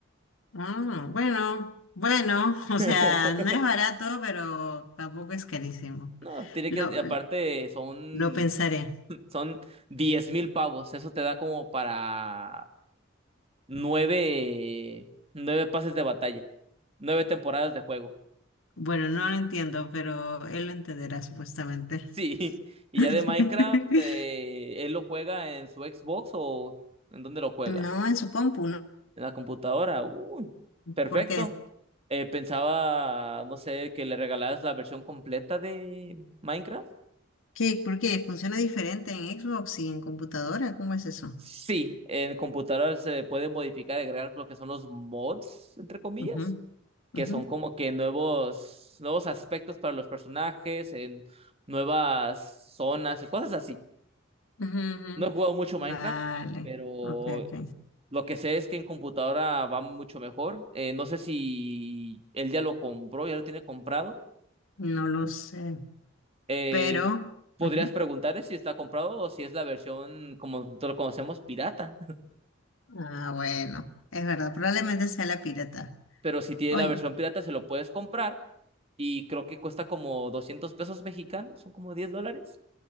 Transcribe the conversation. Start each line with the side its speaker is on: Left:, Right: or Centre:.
Left: Ah, bueno, bueno,
Right: <laughs>
Left: <laughs> o sea, no es barato, pero tampoco es carísimo.
Right: No, tiene
Left: Lo,
Right: que, aparte son,
Left: lo pensaré.
Right: son diez mil pavos. Eso te da como para nueve, nueve pases de batalla, nueve temporadas de juego. <laughs>
Left: Bueno, no lo entiendo, pero él lo entenderá supuestamente.
Right: Sí, y
Left: <laughs>
Right: ya de Minecraft, eh, él lo juega en su Xbox o ¿en dónde lo juega?
Left: No, en su compu, ¿no?
Right: En la computadora. Uy, perfecto.
Left: Porque
Right: Eh, pensaba, no sé, que le regalaras la versión completa de Minecraft.
Left: ¿Qué? ¿Por qué? ¿Funciona diferente en Xbox y en computadora? ¿Cómo es eso?
Right: Sí, en computador se pueden modificar, agregar lo que son los mods, entre comillas,
Left: Ujú,
Right: que
Left: ujú,
Right: son como que nuevos, nuevos aspectos para los personajes, en nuevas zonas y cosas así.
Left: ujú, ujú.
Right: No he jugado mucho
Left: Vale,
Right: Minecraft, pero
Left: ok, ok.
Right: lo que sé es que en computadora va mucho mejor. Eh, no sé si él ya lo compró, ya lo tiene comprado.
Left: No lo sé,
Right: Eh,
Left: pero...
Right: podrías
Left: ujú.
Right: preguntarle si está comprado o si es la versión, como nosotros lo conocemos, pirata.
Left: Ah, bueno, es verdad, probablemente sea la pirata.
Right: <laughs> Pero si tiene
Left: Oye,
Right: la versión pirata, se lo puedes comprar y creo que cuesta como 200 pesos mexicanos, son como 10 dólares,